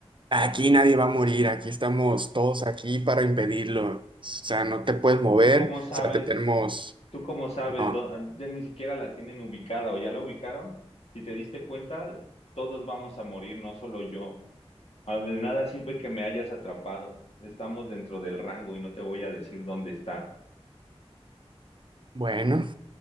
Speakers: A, on the right; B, on the left.
A: aquí nadie va a morir, aquí estamos todos aquí para impedirlo, o sea, no te puedes mover,
B: ¿Tú cómo
A: o
B: sabes?
A: sea, te tenemos,
B: ¿Tú cómo sabes?
A: no,
B: Dó- Ya ni siquiera la tienen ubicada o ya la ubicaron. Si te diste cuenta, todos vamos a morir, no solo yo. Ah, De nada sirve que me hayas atrapado. Estamos dentro del rango y no te voy a decir dónde está.
A: bueno.